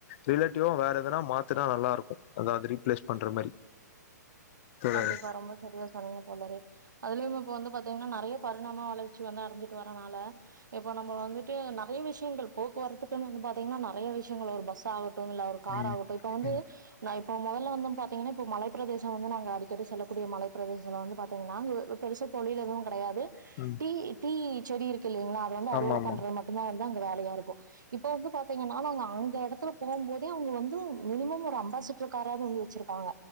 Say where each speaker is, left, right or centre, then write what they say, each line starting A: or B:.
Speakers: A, on the left (about 45°); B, on the right (about 85°).
A: ரிலேட்டிவு வேற எதனா மாத்துனா நல்லா இருக்கு அது மாதிரி ப்ளேஸ் பண்ற மாரி தோழரே
B: கண்டிப்பா ரொம்ப செரியா சொன்னீங்க தோழரே அதுலயே இப்ப வந்து பாத்தீங்கனா நறய பர்ணாம வளர்ச்சி வந்து அடஞ்சிட்டு வரனால இப்ப நம்மோ வந்துட்டு நறைய விஷயங்கள் போக்குவரத்துக்கு னு வந்து பாத்திங்கனா நறைய விஷயங்கள் பஸ் ஆகடோ <unintelligible> இல்ல ஒரு கார்
A: ம்
B: ஆகட்டோ இப்ப வந்து
A: ம்
B: நா இப்ப முதல்ல வந்து பாத்தீங்கன்னா இப்ப மலை பிரதேசம் வந்து நாங்க அடிக்கடி செல்லக்கூடிய மலைப் பிரதேசத்த வந்து பாத்தீங்கன்னா பெருசா தொலில் எதுவு கெடையாது
A: ம்
B: தி தி செரி இருக் இல்லைங்களா அதது வந்து அறுவட
A: ஆமா ஆமா
B: பண்றது மட்டுதா வந்து அங்க வேலயா இருக்கோ இப்ப வந்து பாத்தீங்கனா நாங்க அங்க எடத்துல போம் போது அவுங்க வந்து மினிமம் ஒரு அம்பாஸ்சிட்டர் காராது வந்து வச்சிருக்காங்க